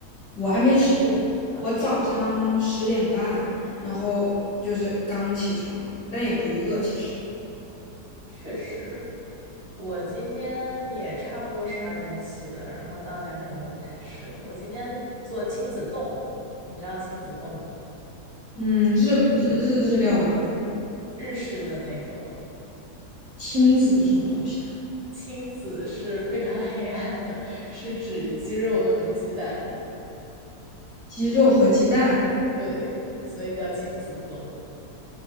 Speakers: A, on the left (about 25°); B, on the right (about 35°).
A: 我还没吃过，
B: 你还没有啊？
A: 我早上十点半，
B: 你
A: 然后就是刚起床，但也不饿其实。
B: 确实，我今天也差不多十二点起的，然后到两点多才吃的。我今天做亲子冻，你知道亲子冻吗？
A: 嗯，日日日日料吗？
B: 日式的那种，
A: 亲子是什么东西啊？
B: 亲子是非常 <laughs> 黑暗的，是指鸡肉和鸡蛋，
A: 鸡肉和鸡蛋，
B: 对，所以叫亲子冻。